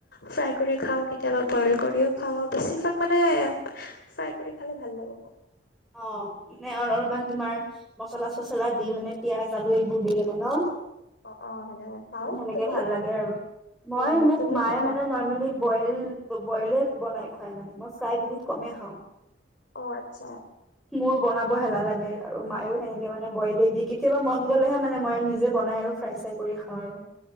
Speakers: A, on the left; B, in the centre.
A: ফ্ৰাই কৰি খাও কেতিয়াবা বইল কৰিও খাওঁ বেছিভাগ মানে ফ্ৰাই কৰি খালে ভাল লাগ
B: অ মানে অলপমান তুমাৰ মচলা চচলা দি মানে পিয়াজ আলু এইবোৰ দি কেনে ন
A: অ'। অ', অ' সেনেকে খাওঁ
B: উম সেনেকে
A: তুমি
B: ভাল লাগে আৰু মই
A: উম,
B: মোক
A: তুমি
B: মায়ে
A: কি খোৱা?
B: মানে নৰ্মেলি বইল বইলে বনাই খুৱাই মানে মই চাই বহুত কমেই খাওঁ
A: অ আচ্ছা
B: মোৰ বনাব হেলা লাগে আৰু মায়ো সেনেকে মানে বইলে দি কেতিয়াবা মন গ'লেহে মানে মই নিজে বনাই আৰু ফ্ৰাই চাই কৰি খাওঁ আৰু